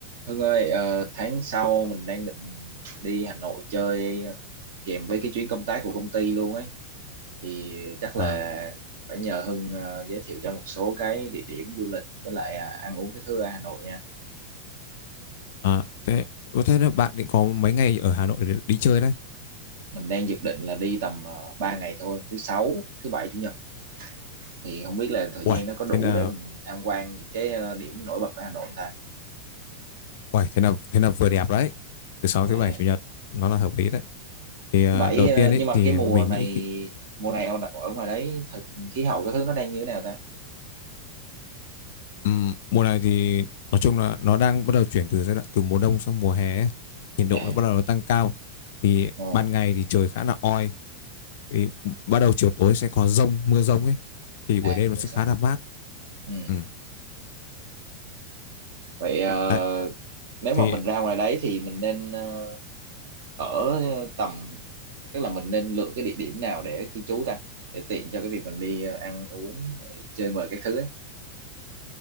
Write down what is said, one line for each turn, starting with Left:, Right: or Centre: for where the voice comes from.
Right: Hưng ơi, ờ, tháng sau mình đang định đi Hà Nội chơi ờ, kèm với cái chuyến công tác của công ty luôn ấy. Thì chắc là
Left: À,
Right: phải nhờ Hưng ờ, giới thiệu cho một số cái địa điểm du lịch với lại à, ăn uống cái thứ ở Hà Nội nha.
Left: à, thế ừ, thế là bạn định có mấy ngày ở Hà Nội để đi chơi đấy.
Right: Mình đang dự định là đi tầm uh, 3 ngày thôi, thứ sáu, thứ bảy, chủ nhật. Thì không biết là thời
Left: Uầy,
Right: gian nó có đủ
Left: thế là
Right: để mình tham quan những cái ờ, điểm nổi bật ở Hà Nội không ta.
Left: uầy, thế là thế là vừa đẹp đấy. Thứ sáu,
Right: À,
Left: thứ bảy, chủ nhật nó là hợp lý đấy. Thì à,
Right: thứ bảy
Left: đầu
Right: ờ,
Left: tiên ấy
Right: nhưng mà
Left: thì
Right: cái mùa
Left: mình
Right: này
Left: nghĩ khi,
Right: mùa này ở ở ngoài đấy thật khí hậu cái thứ nó đang như thế nào ta?
Left: ừm, mùa này thì nói chung là nó đang bắt đầu chuyển từ giai đoạn từ mùa đông sang mùa hè ấy. Nhiệt độ
Right: À,
Left: nó bắt đầu nó tăng cao. Thì
Right: ồ.
Left: ban ngày thì trời khá là oi. Thì bắt đầu chiều tối sẽ có dông, mưa dông ấy. Thì buổi
Right: À,
Left: đêm nó
Right: mua
Left: sẽ khá
Right: sắm.
Left: là mát.
Right: Ừ.
Left: Ừ.
Right: Vậy ờ,
Left: Đấy.
Right: nếu
Left: Thì
Right: mà mình ra ngoài đấy thì mình nên ờ, ở tầm tức là mình nên lựa cái địa điểm nào để cư trú ta để tiện cho cái việc mình đi ờ, ăn uống rồi chơi bời các thứ ấy.